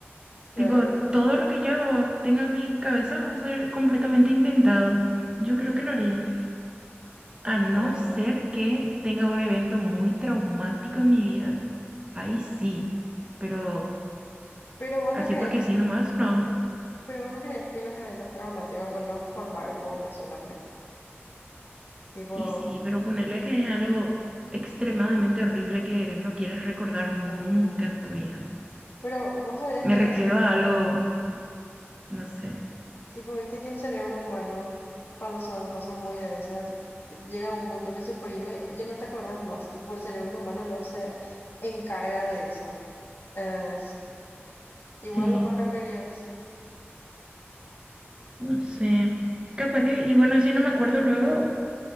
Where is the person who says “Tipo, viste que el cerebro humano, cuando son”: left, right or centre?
Left